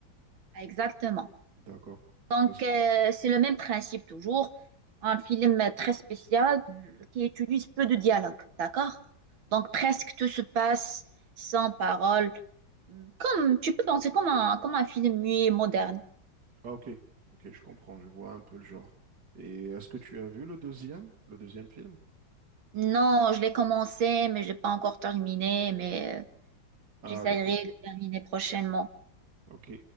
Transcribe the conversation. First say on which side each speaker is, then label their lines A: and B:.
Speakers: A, on the right (about 85°); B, on the right (about 60°).
A: Exactement.
B: D'accord.
A: Donc,
B: Est-ce-
A: euh, c'est le même principe toujours. Un film très spécial euh, qui utilise peu de dialogue, d'accord? Donc, presque tout se passe sans parole. Comme, tu peux penser comme un, comme un film muet moderne.
B: Ah, ok. Ok, je comprends. Je vois un peu le genre. Et est-ce que tu as vu le deuxième, le deuxième film?
A: Non, je l'ai commencé, mais je n'ai pas encore terminé, mais euh,
B: Ah,
A: j'essaierai
B: d'accord.
A: de terminer prochainement.
B: Ok.